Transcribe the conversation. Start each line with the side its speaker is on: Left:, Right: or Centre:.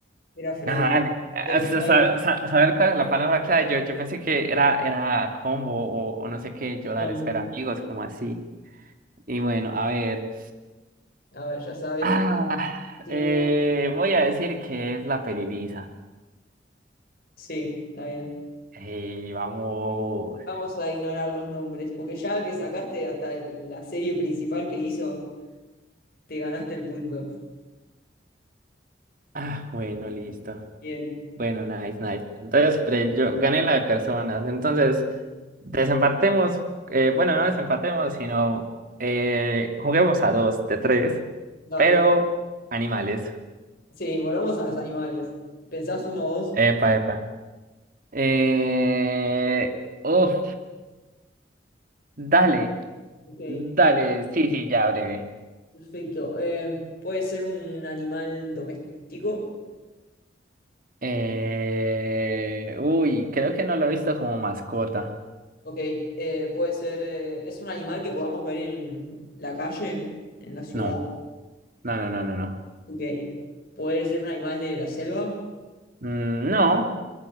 Left: Era Fred.
Right: Nada, dale. Ah,
Left: Pero está
Right: sa- sa-
Left: bien.
Right: sa- Saber cuál es la palabra clave, yo, yo pensé que era, era combo o, o no sé qué, yo
Left: Um,
Right: dale, espera, amigos, como así. Y bueno, a ver.
Left: a ver, ya sabes,
Right: Ah,
Left: tenés información.
Right: eh, voy a decir que es la peli lisa.
Left: Sí, está bien.
Right: Y vamos.
Left: Vamos a ignorar los nombres, porque ya que sacaste hasta el- la serie principal que hizo, te ganaste el punto.
Right: Ah, bueno, listo.
Left: Bien,
Right: Bueno, nice, nice. Entonces, pre- yo gané la de personas. Entonces, desempatemos. eh, bueno, no desempatemos, sino eh, juguemos a dos de tres,
Left: vale.
Right: pero animales.
Left: Sí, volvamos a los animales. ¿Pensás uno vos?
Right: Epa, epa. Eh, uf, dale,
Left: Ok,
Right: dale. Sí, sí, ya breve.
Left: perfecto. Eh, ¿puede ser un animal doméstico?
Right: Eh, uy, creo que no lo he visto como mascota.
Left: Ok, eh, puede ser, eh, es un animal que podamos ver en la calle, en la ciudad.
Right: No, no, no, no, no, no.
Left: Ok, puede ser un animal de la selva,
Right: Mm, no,